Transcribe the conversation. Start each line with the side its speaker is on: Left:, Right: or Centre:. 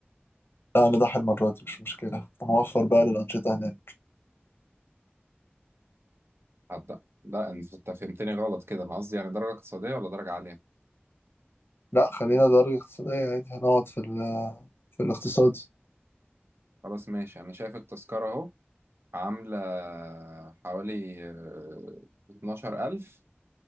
Left: لا نضحي المرة دي مش مشكلة ونوفر بقى للأنشطة هناك
Right: هتضحي لا انت فهمتني غلط كده انا قصدي يعني درجة اقتصادية ولا درجة عالية
Left: لا خلينا درجة اقتصادية عادي هنقعد في ال في الاقتصادي
Right: خلاص ماشي انا شايف التذكرة اهو عاملة حوالي آه، اتناشر ألف